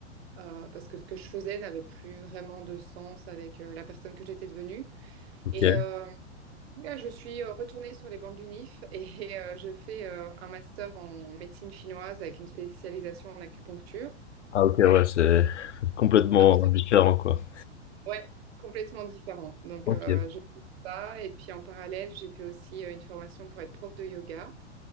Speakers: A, on the right (about 60°); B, on the left (about 85°).
A: euh, parce que ce que je faisais n'avait plus vraiment de sens avec euh, la personne que j'étais devenue.
B: Ok.
A: Et, euh, Là, je suis euh, retournée sur les bancs du NIF et euh, je fais euh, un master en médecine chinoise avec une spécialisation en acupuncture.
B: Ah ok, ouais, c'est <laughs> complètement
A: Absolument,
B: différent, quoi.
A: ouais, complètement différent. Donc,
B: Ok.
A: euh, je fais ça et puis en parallèle, j'ai fait aussi euh, une formation pour être prof de yoga.